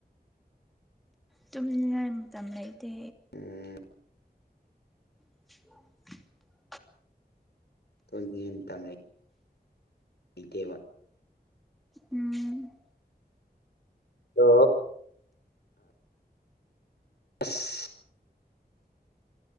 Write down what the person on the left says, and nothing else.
ꯎꯝ
ꯇꯣꯏꯗꯤ ꯇꯝꯅꯩ ꯂꯩꯇꯦꯕ꯫
ꯑ꯫ ꯑꯁ꯫